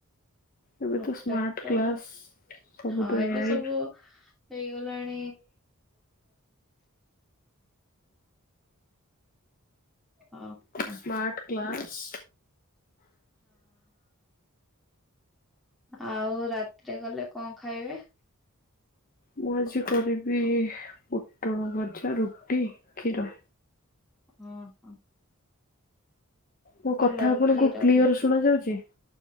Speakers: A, on the left; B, in the centre.
A: ଏବେ
B: ପ୍ରୋଟାକ୍ଟର
A: ତ ସ୍ମାର୍ଟ କ୍ଲାସ୍ ସବୁ
B: ହଁ
A: ତ
B: ଏବେ
A: ଏଆଇ
B: ସବୁ ହେଇଗଲାଣି। ହଁ ହଁ
A: ସ୍ମାର୍ଟ କ୍ଲାସ୍।
B: ଆଉ ରାତିରେ ଗଲେ କଣ ଖାଇବେ?
A: ମୁଁ ଆଜି କରିବି ପୋଟଳ ଭଜା ରୁଟି କ୍ଷୀର।
B: ଓହୋ।
A: ମୋ
B: ଭଲ
A: କଥା ଆପଣଙ୍କୁ
B: କ୍ଷୀର
A: କ୍ଲିଅର
B: ବି
A: ଶୁଣା ଯାଉଛି?